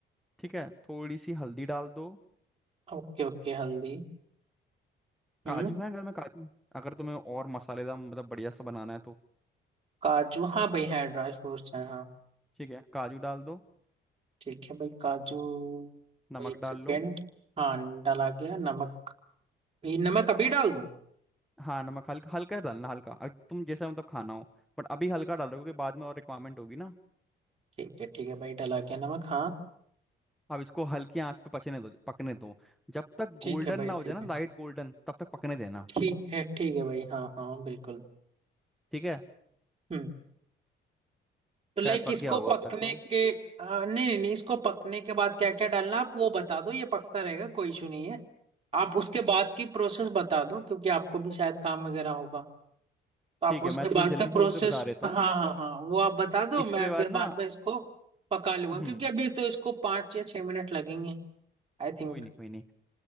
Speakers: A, in the centre; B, on the right.
A: ठीक है थोड़ी सी हल्दी डाल दो
B: ओके ओके हल्दी
A: काजू
B: हम्म
A: है घर में काजू अगर तुम्हें और मसालेदार मतलब बढ़िया सा बनाना है तो
B: काजू हाँ भाई है ड्राई फ्रूट्स हैं हाँ
A: ठीक है काजू डाल दो
B: ठीक है भाई काजू
A: नमक
B: भाई एक सेकेंड
A: डाल लो
B: हाँ डला गया नमक भी नमक अभी डाल दूँ
A: हाँ नमक हल्का हल्का डालना हल्का अग- तुम जैसा मतलब खाना हो बट अभी हल्का डाल दो क्योंकि बाद में और रिक्वायरमेंट होगी ना
B: ठीक है ठीक है भाई डला गया नमक हाँ
A: अब इसको हल्की आंच पे पचने दो पकने दो जब तक
B: ठीक
A: गोल्डन
B: है भाई
A: ना हो
B: ठीक
A: जाए ना
B: है
A: लाइट गोल्डन तब तक पकने देना
B: ठीक है ठीक है भाई हाँ हाँ बिल्कुल
A: ठीक है
B: हम्म तो लाइक
A: शायद पक
B: इसको
A: गया होगा
B: पकने
A: अब तक तो
B: के आ, नहीं नहीं नहीं इसको पकने के बाद क्या क्या डालना आप वो बता दो ये पकता रहेगा कोई इशू नहीं है आप उसके बाद की प्रोसेस बता दो क्योंकि आपको भी शायद काम वगैरह होगा तो आप
A: ठीक
B: उसके
A: है मैं तुम्हें
B: बाद
A: जल्दी
B: का
A: से
B: प्रोसेस
A: फिर बता देता
B: हाँ
A: हूँ
B: हाँ हाँ वो आप बता दो
A: इसके
B: मैं
A: बाद
B: फिर
A: ना
B: बाद में इसको पका लूंगा
A: हम्म
B: क्योंकि अभी तो इसको पाँच या छह मिनट लगेंगे आई थिंक
A: कोई नहीं कोई नहीं